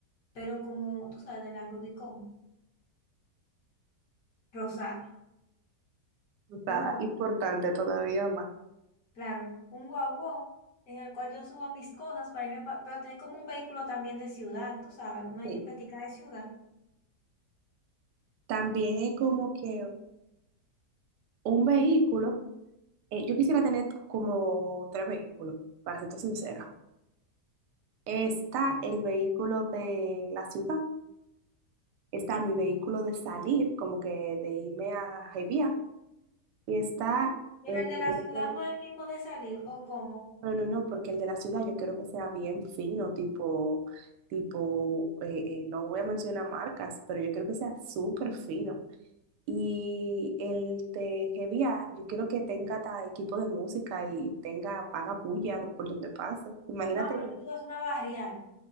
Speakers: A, on the left; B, on the right.
A: pero como tú sabes, de la Rubicon rosada,
B: O sea,
A: un guagua
B: importante todavía más.
A: claro, un guagua En el cual yo suba mis cosas para irme, pa- pero tener como un vehículo también de ciudad, tú sabes, una
B: Sí.
A: jeepetica de ciudad
B: También es como que un vehículo, eh, yo quisiera tener como tres vehículos, para serte sincera. Está el vehículo de la ciudad, está mi vehículo de salir, como que de irme a Jaivía, y está
A: Pero
B: el
A: el de la
B: vehículo
A: ciudad
B: de-
A: no es el mismo de salir, ¿o cómo?
B: No, no, no, porque el de la ciudad yo quiero que sea bien fino, tipo, tipo, eh, eh, no voy a mencionar marcas, pero yo quiero que sea súper fino. Y el de Hevia, yo quiero que tenga hasta equipo de música y tenga paga puya por donde pase. Imagínate,
A: Ah, pero
B: yo-
A: tú te vas a una barrial.